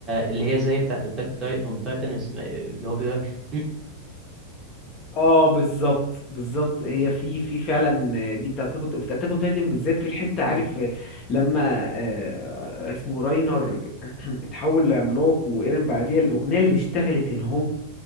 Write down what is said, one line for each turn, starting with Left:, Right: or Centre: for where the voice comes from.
Right: اللي هي زي بتاعة أتاك أون تايتن اسمها إيه؟ اللي هو بيقولك
Left: اه بالظبط بالظبط هي في في فعلا دي بتاعت كنت في اتاك اون تايتن بالذات في الحته عارف
Right: مم.
Left: لما آه، اسمه راينر <clears throat> اتحول لعملاق وايرين بعديها الاغنيه اللي اشتغلت هنا اهو